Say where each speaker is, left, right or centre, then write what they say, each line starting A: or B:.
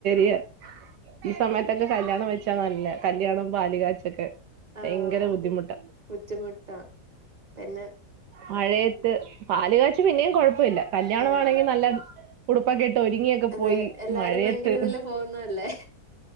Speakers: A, on the right; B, on the right.
A: <unintelligible> ഈ സമയത്തൊക്കെ കല്യാണം വെച്ചാ നല്ല കല്യാണം പാല് കാച്ചൊക്കെ ഭയങ്കര
B: ആഹ്
A: ബുദ്ധിമുട്ട
B: ബുദ്ധിമുട്ടാ പിന്നെ
A: മഴയത്ത് പാലുക ച്ച് പിന്നേം കുഴപ് പ്പഇ ല്ല കല്യാണവാണെങ്കി
B: ആഹ്
A: നല്ല ഉടുപ്പൊക്കെട് ഒരുങ്ങിയൊക്കെ
B: അതെ
A: പോയി
B: എല്ലാരും
A: മഴയത്ത്
B: ഭയങ്കര ഇതില് പോകുന്നല്ലേ